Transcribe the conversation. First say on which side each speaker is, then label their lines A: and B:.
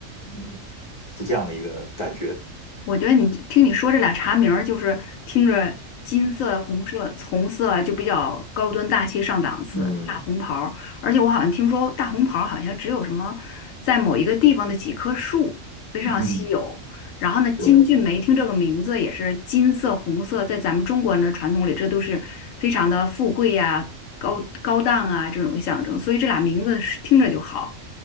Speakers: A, on the left; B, on the left.
A: 嗯，是这样的一个感觉。
B: 我觉得你听你说这俩茶名儿，就是听着金色、红色、红色啊就比较高端大气上档次，
A: 嗯，
B: 大红袍儿。而且我好像听说大红袍儿好像只有什么在某一个地方的几棵树非常稀有。
A: 嗯，
B: 然后呢，金骏眉听这个名字也是金色、
A: <laughs> 对，
B: 红色，在咱们中国人的传统里，这都是非常的富贵呀、高高档啊这种象征。
A: 嗯，
B: 所以这俩名字是听着就好。